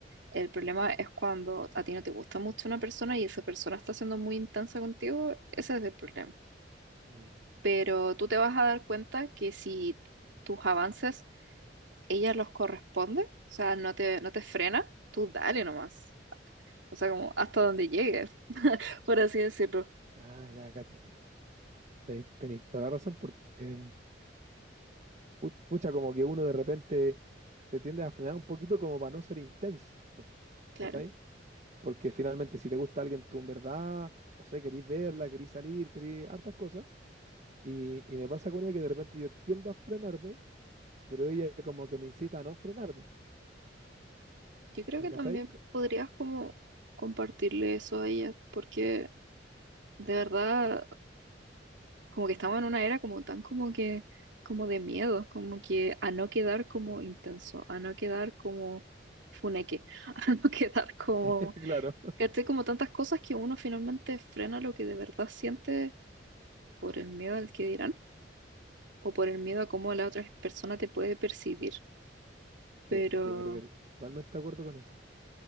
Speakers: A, on the right; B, on the right.
A: El problema es cuando a ti no te gusta mucho una persona y esa persona está siendo muy intensa contigo, ese es el problema.
B: mm.
A: Pero tú te vas a dar cuenta que si tus avances, ella los corresponde, o sea, no te, no te frena, tú dale nomás. O sea, como hasta donde llegues, <laughs> por así decirlo.
B: Ah, ya, cacho. Tenéis, tenéis toda la razón porque, mm, pu- pucha, como que uno de repente te tiende a frenar un poquito como para no ser intenso, po,
A: Claro.
B: ¿cachai? Porque finalmente, si te gusta alguien, tú en verdad, no sé, querís verla, querís salir, querís hartas cosas. Y, y me pasa con ella que de repente yo tiendo a frenarme, pero ella como que me incita a no frenarme.
A: Yo creo
B: ¿Me
A: que también
B: cacháis?
A: podrías como compartirle eso a ella, porque de verdad como que estamos en una era como tan como que, como de miedo, como que a no quedar como
B: Claro.
A: intenso, a no quedar como funeque, <laughs> a no quedar como,
B: <laughs> Claro.
A: ¿cachai? Como tantas cosas que uno finalmente frena lo que de verdad siente por el miedo al que dirán o por el miedo a cómo la otra persona te puede percibir. Pero,
B: Sí, yo creo que totalmente de acuerdo con eso.